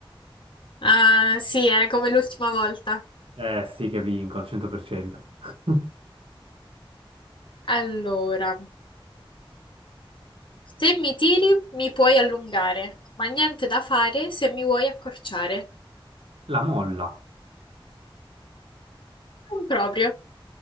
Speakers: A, on the left; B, on the right.
A: Ah, sì, è come l'ultima volta.
B: Eh sì che vinco, al 100%. <laughs>
A: Allora, se mi tiri, mi puoi allungare, ma niente da fare se mi vuoi accorciare.
B: La molla.
A: Non proprio.